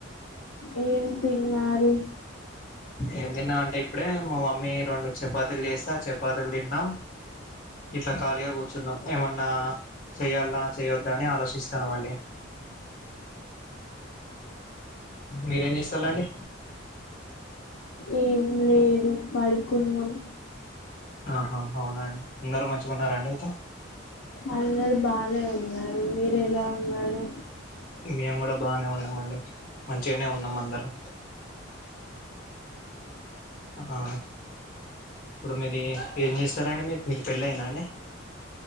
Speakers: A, on the left; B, on the left.
A: ఏం తిన్నారు
B: ఏం తిన్నావంటే ఇప్పుడే మా మమ్మీ రెండు చపాతీలు చేస్తే ఆ చపాతీలు తిన్నాం ఇట్లా ఖాళీగా కూర్చున్నాం ఏమన్నా చెయ్యాలా చేయొద్దా అని ఆలోచిస్తాన్నాం అండి మీరేం చేస్తాలండి
A: ఏం లేదు పడుకున్నాం
B: ఆహా అవునండి అందరు మంచిగున్నారండి అయితే
A: అందరు బానే ఉన్నారు మీరు ఎలా ఉన్నారు
B: మేము కూడా బానే ఉన్నామ అండి మంచిగనే ఉన్నాం అందరం ఆ ఇప్పుడు మీది ఏం చేస్తారాండి మీరు మీకు పెళ్ళి అయిందా అండి